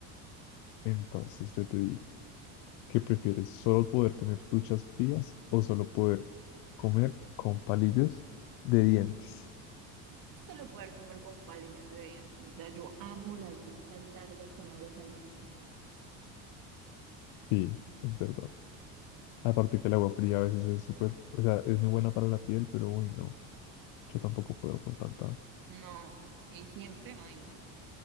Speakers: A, on the left (about 70°); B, on the right (about 50°).
A: Entonces yo te digo. ¿Qué prefieres? ¿Solo poder tener duchas frías o solo poder comer con palillos de dientes?
B: Solo poder comer con palillos de dientes. Ya yo amo las duchas largas con agua caliente.
A: Sí, es verdad. Aparte que el agua fría a veces es súper, o sea, es muy buena para la piel, pero uy, no, yo tampoco puedo con tanta.
B: No, y siempre, ay, no.